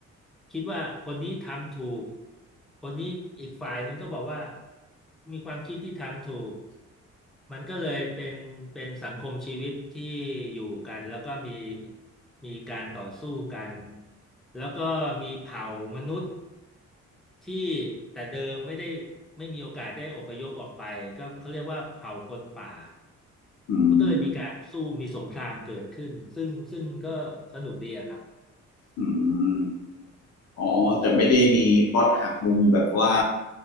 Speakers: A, in the centre; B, on the left.
A: คิดว่าคนนี้ทำถูก คนนี้อีกฝ่ายหนึ่งก็บอกว่ามีความคิดที่ทำถูกมันก็เลยเป็นเป็นสังคมชีวิตที่อยู่กันแล้วก็มีมีการต่อสู้กันแล้วก็มีเผ่ามนุษย์ที่แต่เดิมไม่ได้ไม่มีโอกาสได้อพยพออกไปก็เขาเรียกว่าเผ่าคนป่า
B: อืม
A: มันก็เลยมีการสู้มีสงครามเกิดขึ้นซึ่งซึ่งก็สนุกดีอะครับ
B: อืมอ๋อแต่ไม่ได้มีพล็อตหักมุมแบบว่า